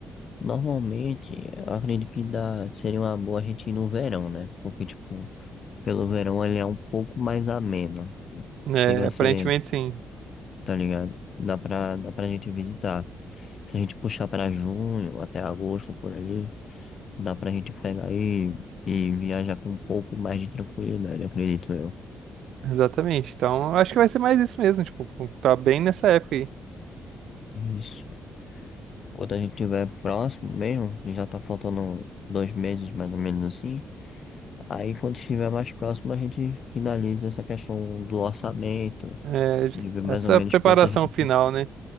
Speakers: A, on the left (about 40°); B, on the right (about 80°).
A: Normalmente, eu acredito que dá, seria uma boa a gente ir no verão, né? Porque, tipo, pelo verão ele é um pouco mais ameno.
B: É,
A: Chega a
B: aparentemente
A: ser,
B: sim.
A: tá ligado? Dá pra, dá pra gente visitar. Se a gente puxar pra junho, até agosto, por ali. Dá pra gente pegar e, e viajar com um pouco mais de tranquilidade, acredito eu.
B: Exatamente. Então, eu acho que vai ser mais isso mesmo, tipo, tá bem nessa época aí.
A: Isso. Quando a gente estiver próximo mesmo, que já tá faltando dois meses mais ou menos assim. Aí quando estiver mais próximo, a gente finaliza essa questão do orçamento,
B: É,
A: de ver mais
B: essa
A: ou menos
B: preparação
A: quanto a gente.
B: final,
A: pre-
B: né?